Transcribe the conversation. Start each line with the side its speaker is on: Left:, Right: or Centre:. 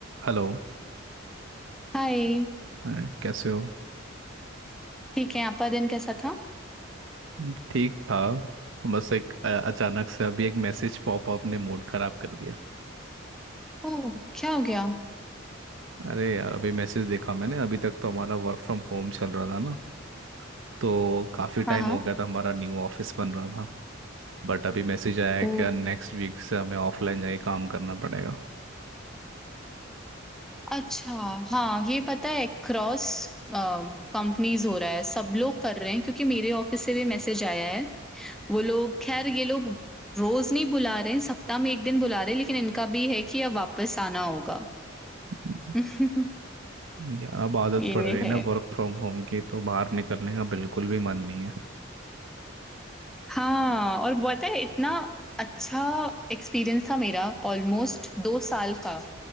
Right: Hello
Centre: हाय
Right: Hi, कैसे हो
Centre: ठीक है आपका दिन कैसा था
Right: हम्म, ठीक था बस एक अ, अचानक से अभी एक मैसेज पॉपअप ने मूड खराब कर दिया
Centre: ओह क्या हो गया
Right: अरे यार अभी मैसेज देखा मैंने अभी तक तो हमारा वर्क फ्रॉम होम चल रहा था ना तो काफ़ी टाइम
Centre: हाँ हाँ
Right: हो गया था हमारा न्यू ऑफिस बन रहा था बट अभी मैसेज आया है
Centre: ओ
Right: कि नेक्स्ट वीक से हमें ऑफलाइन जाके काम करना पड़ेगा
Centre: अच्छा हाँ ये पता है क्रॉस कंपनीज हो रहा है सब लोग कर रहे हैं क्योंकि मेरे ऑफिस से भी मैसेज आया है वो लोग खैर ये लोग रोज नहीं बुला रहे हैं सप्ताह में एक दिन बुला रहे हैं लेकिन इनका भी है कि अब वापस आना होगा
Right: हम्म,
Centre: <laughs>
Right: यार अब आदत
Centre: ये
Right: पड़ गई
Centre: है
Right: ना वर्क फ्रॉम होम की तो बाहर निकलने का बिल्कुल भी मन नहीं है
Centre: हाँ और पता है इतना अच्छा एक्सपीरियंस था मेरा ऑलमोस्ट दो साल का